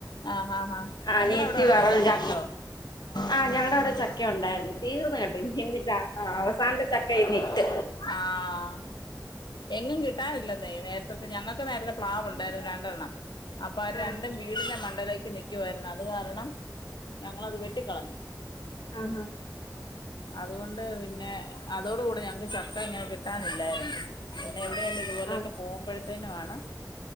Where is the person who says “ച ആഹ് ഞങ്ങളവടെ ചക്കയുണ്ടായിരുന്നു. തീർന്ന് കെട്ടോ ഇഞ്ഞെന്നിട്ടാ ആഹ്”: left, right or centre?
Left